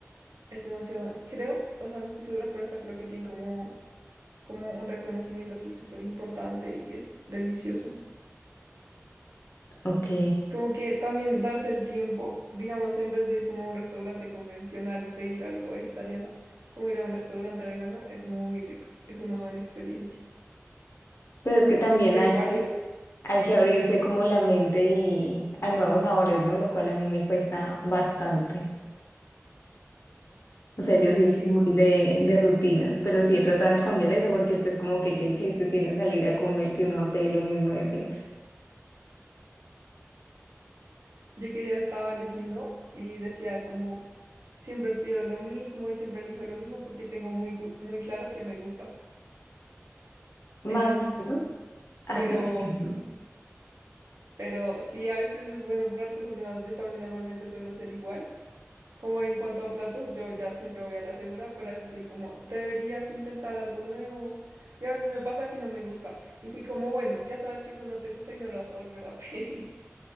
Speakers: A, on the right (about 70°); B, on the left (about 60°).
A: es demasiado, creo, o sea, no estoy segura, pero hasta creo que tienen como como un reconocimiento así súper importante y es delicioso.
B: Ok.
A: Como que también darse el tiempo, digamos, en vez de ir como a un restaurante convencional y pedir algo vegetariano, como ir a un restaurante vegano, es muy rico, es una buena experiencia.
B: Pero es que también
A: Y hay
B: hay
A: varios.
B: que, hay que abrirse como la mente y a nuevos sabores, ¿no? Lo cual a mí me cuesta bastante. O sea, yo
A: Ok,
B: sí soy muy de, de rutinas, pero sí he tratado de cambiar eso porque pues como que qué chiste tiene salir a comer si uno va a pedir lo mismo de siempre.
A: yo que ya estaba leyendo y decía como siempre pido lo mismo y siempre elijo lo mismo porque tengo muy, gu- muy claro que me gusta.
B: Más
A: Era
B: o
A: chistoso,
B: menos, así.
A: pero,
B: <laughs> es.
A: pero sí, a veces es bueno probar cosas nuevas. Yo también normalmente suelo ser igual Como en cuanto a platos, yo ya siempre voy a la segura, pero a veces soy como, deberías intentar algo nuevo. Y a veces me pasa que no me gusta. Y fui como, bueno, ya sabes que eso no te gusta y no lo vas a volver a <laughs> pedir.